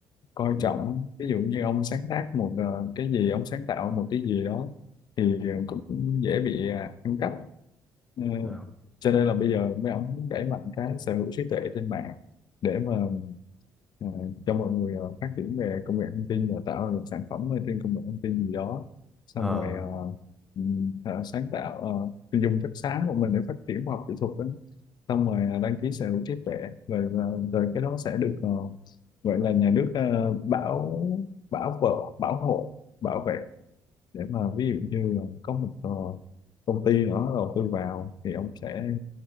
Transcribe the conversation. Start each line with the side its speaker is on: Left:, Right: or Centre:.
Left: coi trọng
Centre: Ừ.
Left: ví dụ như ông sáng tác một ờ, cái gì ông sáng tạo một cái gì đó thì cũng dễ bị ờ, ăn cắp Ờ,
Centre: Ờ.
Left: cho nên là bây giờ mấy ông muốn đẩy mạnh cái sở hữu trí tuệ trên mạng để mà ờ, cho mọi người ờ, phát triển về công nghệ thông tin rồi tạo ra sản phẩm ở trên công nghệ thông tin gì đó xong
Centre: Ờ.
Left: rồi ờ, ừm, ờ, sáng tạo ờ, thì dùng chất sáng của mình để phát triển khoa học kỹ thuật ấy. xong rồi ờ, đăng ký sở hữu trí tuệ rồi ờ, rồi cái đó sẽ được ờ, gọi là nhà nước ờ, bảo bảo vợ bảo hộ bảo vệ để mà ví dụ như là có một ờ, công ty đó đầu tư vào thì ông sẽ